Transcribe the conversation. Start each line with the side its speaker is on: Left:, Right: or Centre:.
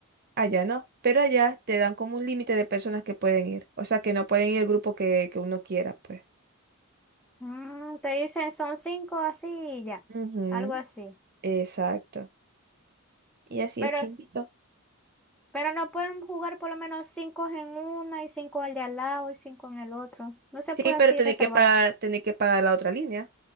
Right: allá no. Pero allá te dan como un límite de personas que pueden ir. O sea, que no pueden ir el grupo que, que uno quiera, pues.
Centre: Mm, te dicen son cinco así y ya,
Right: Ujú,
Centre: algo así.
Right: Exacto. Y así
Centre: Pero,
Right: es chimbito.
Centre: pero no pueden jugar por lo menos cinco en una y cinco al de al lado y cinco en el otro. No se
Right: Sí,
Centre: puede
Right: pero
Centre: así
Right: tenés
Centre: reservar.
Right: que pagar, tenés que pagar la otra línea.